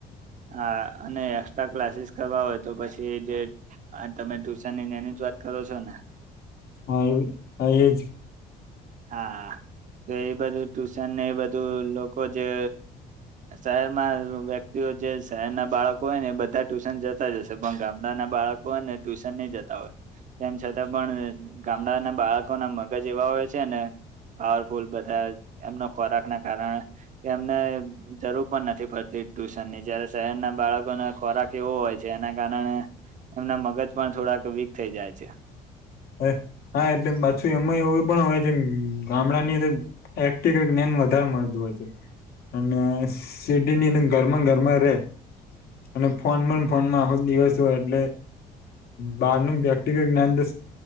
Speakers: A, on the right (about 50°); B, on the left (about 65°).
A: હા અને એસ્ટ્રા ક્લાસીસ કરવા હોય તો પછી જે હ તમે ટ્યુશન ની એની જ વાત કરો છો ને
B: હા એ હા એજ
A: હા તો એ બધું ટુશનને એ બધું લોકો જે શહેરમાં વ્યક્તિઓ જે શહેર ના બાળકો હોય ને એ બધા ટ્યુશન જતા જશે પણ ગામડા ના બાળકોને ટ્યુશન ની જતા હોય તેમ છતાં પણ ગામડાના બાળકોના મગજ એવા હોય છે, ને પાવરફુલ બધા એમનો ખોરાકના કારણે કે એમને જરૂર પણ નથી પડતી ટ્યુશનની જયારે શહેરના બાળકોને ખોરાક એવો હોય છે, એના કારણે એમના મગજ પણ થોડાક વીક થઈ જાય છે
B: હ હા એટલે પાછું એમાં એવું પણ હોય જે ગામડા ની અ વધારે મળતું હોય છે અને સિટીની અંદર ઘરમાં ઘરમાં રે અને ફોન પણ ફોન માં આખો જ દિવસ હોય એટલે બહાર ન વ્યક્તિગત જ્ઞાન તો